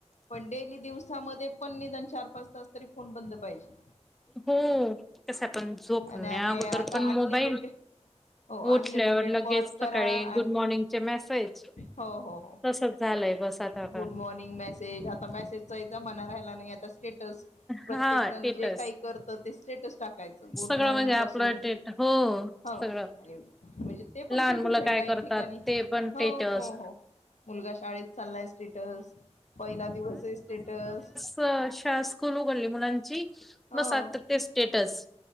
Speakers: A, on the left (about 75°); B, in the centre.
A: पण डेली, दिवसामध्ये पण निदान चार पाच तास तरी कोन बंद पाहिजे.
B: हम्मः! कस पण झोपण्या
A: आणि आणि
B: अगोदर
A: आता
B: पण
A: अनलिमिटेड
B: मोबाईल!
A: हो अनलिमिटेड
B: उठल्यावर लगेच
A: कॉल करा
B: सकाळी,
A: आणि
B: गुड मॉर्निंगचे मेसेज!.
A: हो! हो! हो!
B: तसच झालंय बस आता
A: गुड
B: का.
A: मॉर्निंग मेसेज आता मेसेज! चा ही जमाणा राहिला नाही आता स्टेटस! प्रत्येक
B: हा
A: जण
B: स्टेटस
A: जे काही करत, ते स्टेटस टाकायचं. गुड
B: सगळं
A: मॉर्निंग
B: म्हणजे आपलं
A: पासून
B: टेट
A: ते
B: हो
A: हो
B: सगळं
A: म्हणजे ते पण
B: लहान
A: चुकीच
B: मुलं
A: आहे,
B: काय
A: काही
B: करतात
A: ठिकाणी
B: ते पण
A: हो,
B: टेटस
A: हो! हो!. मुलगा शाळेत चाललाय स्टेटस!. पहिला दिवस आहे स्टेटस!.
B: स शा शाळा स्कूल उघडली मुलांची!
A: हो!
B: बस आता ते स्टेटस